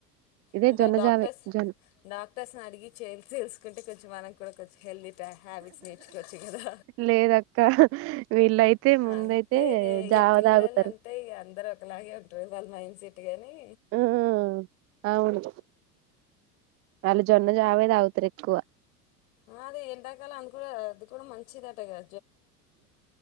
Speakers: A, on the right; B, on the left.
A: ఇదే
B: అంటే
A: జొన్న
B: డాక్టర్
A: జావే జొన్న
B: డాక్టర్స్ అడిగి చే తెసుకుంటే కొంచెం మనకు కూడా కొంచెం హెల్దీ హ్యాబిట్స్ నేర్చుకోవచ్చు కదా
A: లేదక్క వీళ్ళయితే ముందయితే
B: అంతే ఇక
A: జావ
B: పిల్లలు
A: తాగుతారు
B: అంటే ఇక అందరుూ ఒకలాగే ఉంటు ల్ నైన్ సిటీగాని
A: ఉమ్ అవును వాళ్ళు జొన్న జావే తాగుతారు ఎక్కువ
B: ఆ అదే ఎండాకాలానికి కూడా అది కూడా మంచిదిట గా